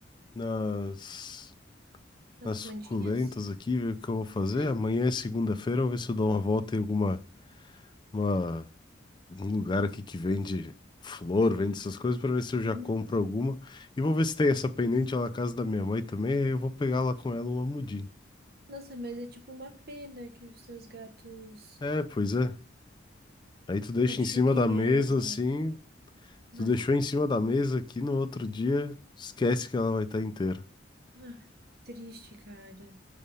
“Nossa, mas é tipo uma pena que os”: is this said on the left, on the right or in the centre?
Right